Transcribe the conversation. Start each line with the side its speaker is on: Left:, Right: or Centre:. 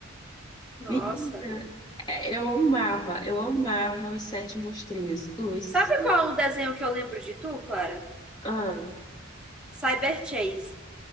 Centre: Nossa.
Left: Menina, é, eu amava, eu amava os sete monstrinhos. Os
Centre: Sabe qual é o desenho que eu lembro de tu, Clara?
Left: Ah,
Centre: Cyber Chase.